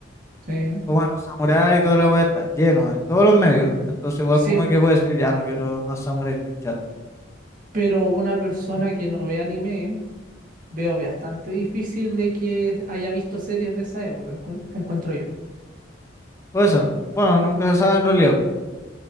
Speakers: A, on the right (about 45°); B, on the left (about 15°).
A: Sí.
B: o bueno, samurái y toda la weá está lleno en todos los medios. Entonces, igual
A: Sí,
B: como que puede decir, ya no quiero más samurái, estoy chato.
A: pero una persona
B: Mm,
A: que no ve anime, veo bastante difícil de que haya visto series de esa época, encuent- encuentro yo.
B: Puede ser. Bueno, nunca se sabe en realidad.